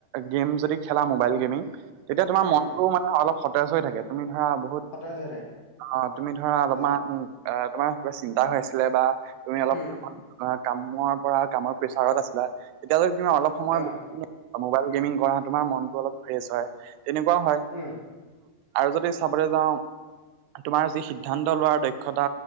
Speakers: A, on the right (about 90°); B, on the left (about 45°).
A: গেম যদি খেলা। মোবাইল গেমিং তেতিয়া তোমাৰ
B: উম
A: মনতটো মানে অলপ সতেজ হৈ থাকে তুমি ধৰা। বহুত
B: সতেজ হৈ থাকে
A: অ' তুমি ধৰা অলপমান
B: অ
A: তোমাৰ চিন্তা হৈ আছিলে বা। তুমি অলপ
B: উম
A: কামৰ পৰা, কামৰ প্ৰেছাৰত আছিলা তেতিয়লে তুমি অলপ সময়
B: অ
A: মোবাইল গেমিং কৰা তোমাৰ মনতটো অলপ ফ্ৰে হয়। তেনেকুৱাও হয়।
B: উম।
A: আৰু যদি চাবলৈ যাওঁ তোমাৰ যি সিদ্ধান্ত লোৱাৰ দক্ষতা